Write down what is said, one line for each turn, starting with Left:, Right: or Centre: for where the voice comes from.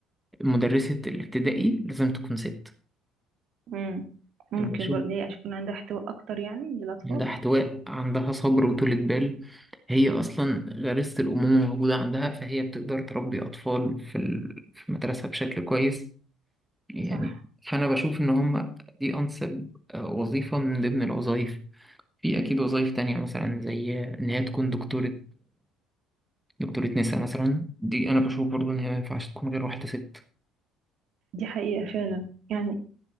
Centre: مدرسة الابتدائي لازم تكون ست
Right: مم. ممكن
Centre: بشوف
Right: برضه ليه يكون عندها احتواء اكتر يعني للاطفال
Centre: عندها احتواء عندها صبر وطولة بال هي أصلا غريزة الأمومة موجودة عندها فهي بتقدر تربي أطفال في ال- في المدرسة بشكل كويس يعني
Right: صح
Centre: فأنا بشوف إن هما دي أنسب آه، وظيفة من ضمن الوظائف في أكيد وظائف تانية مثلا زي إن هي تكون دكتورة دكتورة نساء مثلا دي أنا بشوف برضو إن هي ما ينفعش تكون غير واحدة ست
Right: دي حقيقة فعلا يعني